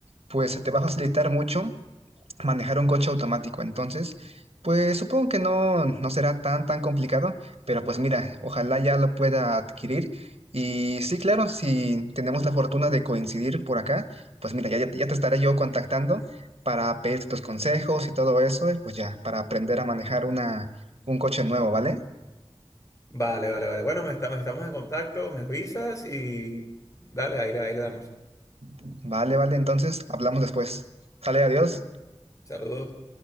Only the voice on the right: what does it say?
pues se te va a facilitar mucho manejar un coche automático. Entonces, pues supongo que no, no será tan, tan complicado, pero pues mira, ojalá ya lo pueda adquirir. Y sí, claro, si tenemos la fortuna de coincidir por acá, pues mira, ya, ya te ya te estaré yo contactando para pedirte tus consejos y todo eso, y pues ya, para aprender a manejar una, un coche nuevo, ¿vale?
Vale, vale, entonces hablamos después. Sale, adiós.